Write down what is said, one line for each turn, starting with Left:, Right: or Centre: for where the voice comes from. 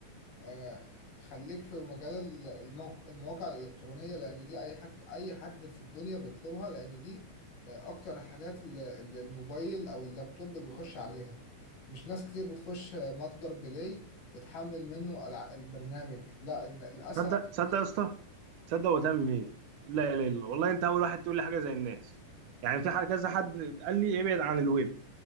Left: آه، خليك في مجال ال- الموق- المواقع الإلكترونية لأن دي أي حاج أي حد في الدنيا بيطلبها لأن دي آه، أكتر الحاجات اللي اللي الموبايل أو اللابتوب بيخش عليها مش ناس كتير بتخش آه، متجر بلاي وتحمل منه الع- البرنامج لا إن الأسهل
Right: صدق صدق يا اسطى صدق وتأمم ايه لا لا لا والله انت اول واحد تقول لي حاجه زي الناس يعني في حاجه كذا حد قال لي ابعد عن الويب